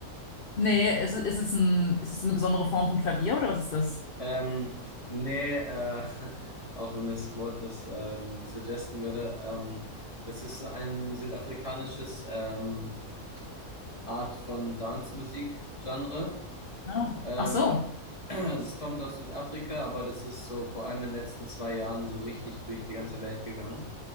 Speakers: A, on the left; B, on the left.
A: Nee, ist, es- ist es ein, ist es eine besondere Form von Klavier oder was ist das?
B: Ähm, nee, äh, <laughs> auch wenn das Wort das ähm, suggesten würde. Ähm, das ist ein südafrikanisches ähm, Art von Dance-Musik-Genre.
A: Ah.
B: Ähm,
A: Ach so.
B: also es kommt aus Südafrika, aber das ist so vor allem in den letzten zwei Jahren so richtig durch die ganze Welt gegangen.